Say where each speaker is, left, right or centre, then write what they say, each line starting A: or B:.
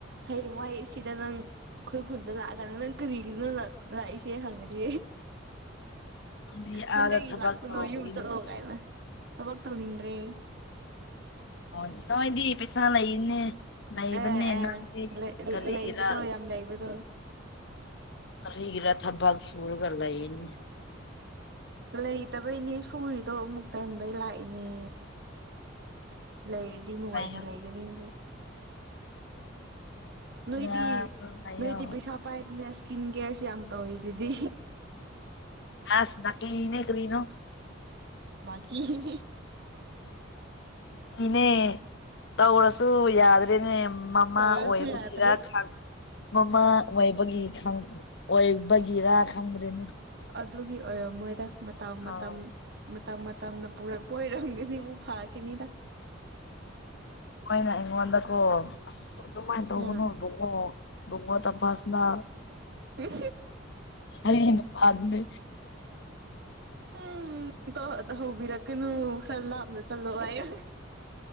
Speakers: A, on the right; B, on the left.
A: ꯍꯌꯦꯡꯋꯥꯏꯩ ꯁꯤꯗ ꯅꯪ ꯑꯩꯈꯣꯏ ꯈꯨꯟꯗ ꯂꯥꯛꯑꯀꯥꯟꯅꯤ ꯅꯪ ꯀꯔꯤꯒꯤꯅ ꯂꯥꯛꯏꯁꯦ ꯍꯪꯉꯗꯤ
B: ꯅꯪꯗꯤ
A: ꯅꯪ
B: ꯑꯥꯗ
A: ꯀꯩꯒꯤ
B: ꯊꯕꯛ
A: ꯂꯥꯛꯄꯅꯣ
B: ꯇꯧꯕꯒꯤꯅꯦ
A: ꯌꯨꯝ ꯆꯠꯂꯣ ꯀꯥꯏꯅ ꯊꯕꯛ ꯇꯧꯅꯤꯡꯗ꯭ꯔꯦ
B: ꯍ ꯅꯣꯏꯗꯤ ꯄꯩꯁꯥ ꯂꯩꯅꯦ ꯂꯩꯕꯅꯦ
A: ꯑꯦ ꯑꯦ
B: ꯅꯪꯗꯤ
A: ꯂꯩ
B: ꯀꯔꯤꯒꯤꯔꯥ
A: ꯂꯩꯕꯗꯣ ꯌꯥꯝ ꯂꯩꯕꯗꯣ
B: ꯒꯔ ꯊꯕꯥꯒ ꯁꯨꯔꯒ ꯂꯏꯅꯦ
A: ꯂꯩꯇꯕꯩꯅꯦ ꯁꯨꯔꯤꯗꯣ ꯑꯃꯨꯛ ꯇꯟꯕꯩ ꯂꯥꯛꯏꯅꯦ ꯂꯩꯔꯗꯤ ꯅꯨꯡꯉꯥꯏꯅ
B: ꯂꯩꯌꯣ
A: ꯂꯩꯒꯅꯤ ꯍꯧꯖꯤꯛ ꯅꯣꯏꯗꯤ
B: ꯑꯗꯨ ꯂꯩꯌꯣ
A: ꯅꯣꯏꯗꯤ ꯄꯩꯁꯥ ꯄꯥꯏꯕꯅꯦ ꯏꯁꯀꯤꯟ ꯀꯦꯌꯔꯁꯨ ꯌꯥꯝ ꯇꯧꯔꯤꯗꯨꯗꯤ
B: ꯑꯦꯁ ꯅ ꯀꯂꯤꯅꯦ ꯀꯔꯤꯅꯣ
A: ꯀꯤꯅꯦ
B: ꯅꯤꯅꯦ ꯇꯧꯔꯁꯨ ꯌꯥꯗ꯭ꯔꯦꯅꯦ ꯃꯃꯥ
A: ꯇꯧꯔꯁꯨ
B: ꯑꯣꯏꯕꯒꯤꯔ
A: ꯌꯥꯗ꯭ꯔꯦ
B: ꯃꯃꯥ ꯑꯣꯏꯕꯒꯤ ꯑꯣꯏꯕꯒꯤꯔ ꯈꯪꯗ꯭ꯔꯦꯅ
A: ꯑꯗꯨꯒꯤ ꯑꯣꯏꯔꯣ ꯃꯣꯏꯗ ꯃꯇꯝ ꯃꯇꯝ
B: ꯑꯥ
A: ꯃꯇꯝ ꯃꯇꯝꯅ ꯄꯨꯔꯛꯄ ꯑꯣꯏꯔꯝꯒꯅꯤ ꯑꯃꯨꯛ ꯐꯥꯈꯤꯅꯤꯗ
B: ꯑꯩꯣꯏꯅ ꯑꯩꯉꯣꯟꯗꯀꯣ ꯑꯗꯨꯃꯥꯏꯅ ꯇꯧꯕꯅꯣꯕꯀꯣ
A: ꯎꯝ
B: ꯨꯡꯉ ꯇꯝ ꯐꯥꯁꯅ
A: ꯎꯝ
B: ꯑꯅ ꯑꯗꯨ
A: ꯎꯝꯇꯣ ꯇ ꯍꯧꯕꯤꯔꯛꯀꯅꯨ ꯈꯔ ꯂꯥꯞꯅ ꯆꯜꯂꯣꯑꯣ ꯍꯥꯏꯔ